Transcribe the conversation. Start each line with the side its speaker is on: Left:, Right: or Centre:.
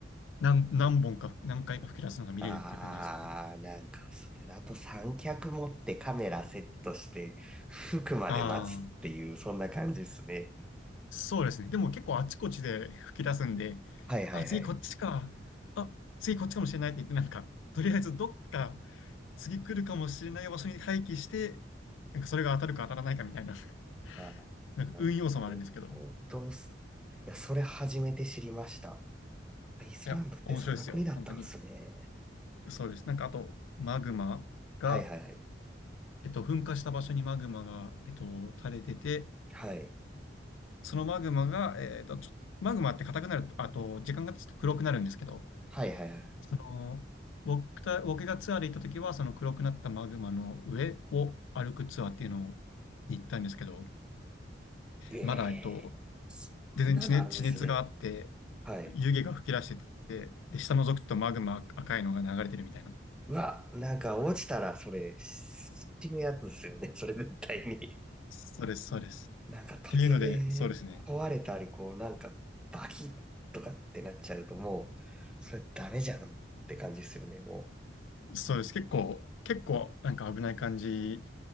Left: 何、何本か、何回か吹き出すのが見れるっていう感じですかね。
Centre: あー、なんか、それだと三脚持ってカメラセットして、服まで待つっていう、
Left: ああ、
Centre: そんな感じですね。
Left: そうですね。でも結構あちこちで吹き出すんで、
Centre: はいはいはい。
Left: あ、次こっちか。あ、次こっちかもしれないって言って、なんか、とりあえずどっか次来るかもしれない場所に廃棄して、なんかそれが当たるか当たらないかみたいな、
Centre: ああ、
Left: <laughs> なんか運要素もあるんですけど。
Centre: なるほどす。
Left: い
Centre: いや、それ初めて知りました。アイスランドってそんな国だったんですね。
Left: や、面白いですよ。本当に。そうです。なんかあと、マグマが、
Centre: はいはいはい。
Left: えっと、噴火した場所にマグマが、えっと、垂れてて、
Centre: はい。
Left: そのマグマが、えーと、ちょ、マグマって硬くなると、あと、時間が経つと黒くなるんですけど、
Centre: はいはいはい。
Left: その、僕た、僕がツアーで行った時は、その黒くなったマグマの上を歩くツアーっていうのをに行ったんですけど、
Centre: ええそんなのあるんですね。
Left: まだ、えっと、全然地熱、地熱があって、
Centre: はい。
Left: 湯気が噴き出してて、で、下覗くとマグマ赤いのが流れてるみたいな。
Centre: うわ、なんか落ちたらそれ、死ぬやつですよね。<laughs> それ絶対に。
Left: そうです、そうです。っていうので、
Centre: なんか突然壊れたり、
Left: そうですね。
Centre: こうなんかバキッとかってなっちゃうともう、それダメじゃんって感じですよね、もう。
Left: そうです。結構、結構、なんか危ない感じ